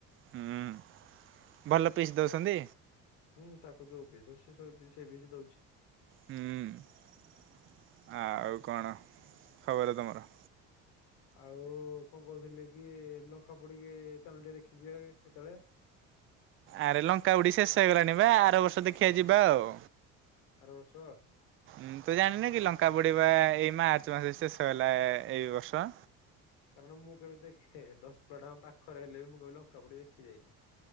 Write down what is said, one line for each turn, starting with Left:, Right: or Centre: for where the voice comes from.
Right: ହୁଁ ଭଲ ପିସ୍ ଦଉଛନ୍ତି।
Left: ହୁଁ ତାକୁ ଯୋଉ ବି ସେ ବିଷ ଦଉଛି।
Right: ହ ଆଉ କଣ ଖବର ତମର?
Left: ଆଉ କଣ କହୁଥିଲି କି, ଲଙ୍କା ପଡିକି ଚାଲୁନୁ ଟିଏ ଦେଖି ଯିବା କେତେଳେ
Right: ଆରେ ଲଙ୍କା ଉଡି ଶେଷ ହେଇଗଲାଣି ବା, ଆର ବର୍ଷ ଦେଖିବା ଯିବା ଆଉ।
Left: ଆର ଅର୍ଷ?
Right: ଉଁ ତୁ ଜାଣିନୁ କି ଲଙ୍କା ପୋଡିବା ଏଇ ମାର୍ଚ୍ଚ ମାସରେ ଶେଷ ହେଲା ଏଇ ବର୍ଷ।
Left: କାରଣ ମୁଁ କେବେ ଦେଖେ, ଦଶ ପେଡ ପାଖରେ ହେଲେ ବି ମୁଁ କେବେ ବି ଲଙ୍କା ପୋଡି ଦେଖି ଯାଇନି।